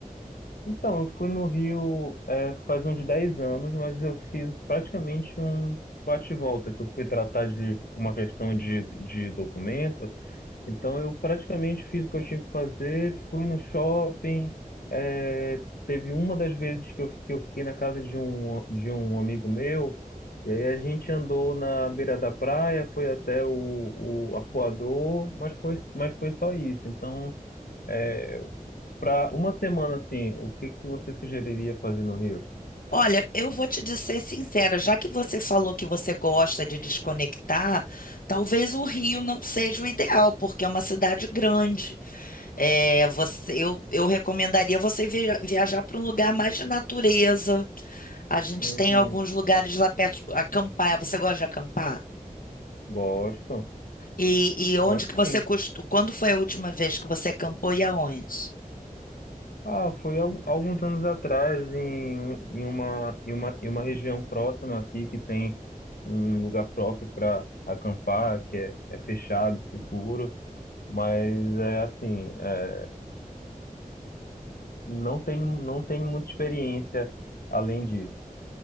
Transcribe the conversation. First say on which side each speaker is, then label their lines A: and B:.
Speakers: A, on the left (about 80°); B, on the left (about 70°).
A: Então, eu fui no Rio é, faz uns 10 anos, mas eu fiz praticamente um bate-volta, que eu fui tratar de uma questão de, de documento. Então, eu praticamente fiz o que eu tinha que fazer, fui no shopping. é, teve uma das vezes que eu, que eu fiquei na casa de um, de um amigo meu, e aí a gente andou na beira da praia, foi até o, o Arpoador, mas foi, mas foi só isso. Então. é, para uma semana, assim, o que que você sugeriria fazer no Rio?
B: Olha, eu vou te dizer sincera, já que você falou que você gosta de desconectar, talvez o Rio não seja o ideal, porque é uma cidade grande. É, você- eu, eu recomendaria você via- viajar para um lugar mais de natureza. A gente
A: Uhum,
B: tem alguns lugares lá perto, acampar. Você gosta de acampar?
A: gosto,
B: E, e onde
A: gosto
B: que você
A: sim.
B: costuma, quando foi a última vez que você acampou e aonde?
A: Ah, foi al- alguns anos atrás em, um- em uma, em uma, em uma região próxima aqui que tem um lugar próprio para acampar, que é, é fechado, seguro, mas é assim, é, não tenho, não tenho muita experiência além disso.